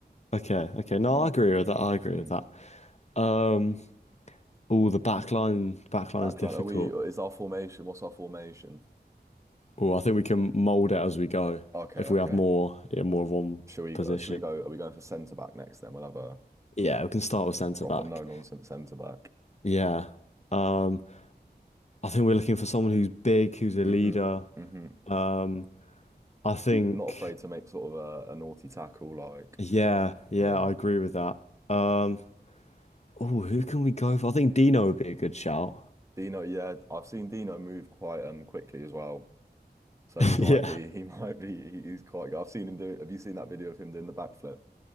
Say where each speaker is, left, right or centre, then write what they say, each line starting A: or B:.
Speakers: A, on the left; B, on the right.
A: Okay, okay. No,
B: Mm,
A: I agree with that. I agree
B: mm.
A: with that. Um, oh, the back line, back line's
B: Backline.
A: difficult.
B: Are we? Is our formation? What's our formation?
A: Oh, I think we can mold it as we go
B: Okay,
A: if we
B: okay.
A: have more, yeah, more of one
B: Should we?
A: position.
B: Uh, should we go? Are we going for centre back next? Then we'll have a
A: Yeah, we can start with centre
B: proper
A: back.
B: no nonsense centre back.
A: Yeah. Um, I think we're looking for someone who's big, who's a
B: hmm
A: leader.
B: hmm
A: Um, I think,
B: Not afraid to make sort of a, a naughty tackle. Like,
A: yeah, yeah,
B: yeah,
A: I agree with that. Um, oh, who can we go for? I think Dino would be a good shout.
B: Dino. Yeah, I've seen Dino move quite um quickly as well. So
A: <laughs>
B: he
A: Yeah,
B: might be. He <laughs> might be. he- He's quite good. I've seen him do. Have you seen that video of him doing the backflip?